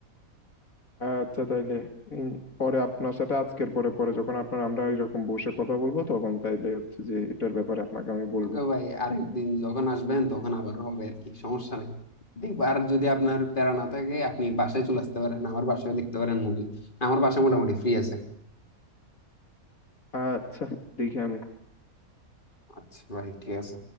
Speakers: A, on the left (about 70°); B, on the left (about 35°).
A: আচ্ছা তাইলে ইন- পরে আপনার সাথে আজকের পরে পরে যখন আপনার আমরা এরকম বসে কথা বলবো তখন তাইলে হচ্ছে যে এটার ব্যাপারে আপনাকে আমি বলবো
B: ওকে ভাই আরেকদিন যখন আসবেন তখন আবার হবে আর কি সমস্যা নেই দেখবো আর যদি আপনার প্যারা না থাকে আপনি বাসায় চলে আসতে পারেন আমার বাসায় দেখতে পারেন মুভি আমার বাসা মোটামুটি ফ্রি আছে
A: আচ্ছা দেখি আমি
B: আচ্ছা ভাই ঠিক আছে